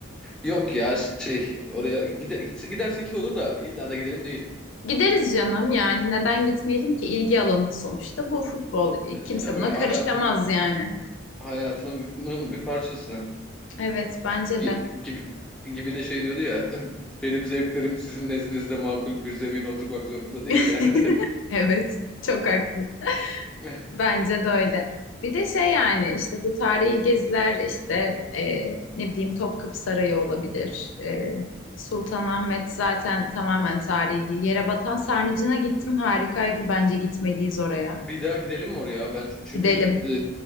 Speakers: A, in the centre; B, on the left.
A: Yok ya şey oraya gide, gidersek iyi olur da illa da gidelim değil.
B: <laughs> Gideriz canım yani neden gitmeyelim ki ilgi alanın sonuçta bu futbol
A: E,
B: kimse
A: tabii
B: buna karışamaz
A: hayatımın
B: yani.
A: hayatımın bir parçası.
B: Evet bence
A: Gi-
B: de.
A: gibi gibi de şey diyordu ya <laughs> benim zevklerim sizin nezdinizde makul bir zemine oturmak zorunda değil
B: <laughs>
A: yani.
B: Evet çok haklı.
A: <laughs>
B: Bence de öyle. Bir de şey yani işte bu tarihi geziler işte e, ne bileyim Topkapı Sarayı olabilir. E, Sultanahmet zaten tamamen tarihi. Yerebatan Sarnıcı'na gittim harikaydı. Bence gitmeliyiz oraya.
A: Bir daha gidelim mi oraya? Ben çünkü
B: Gidelim.
A: e,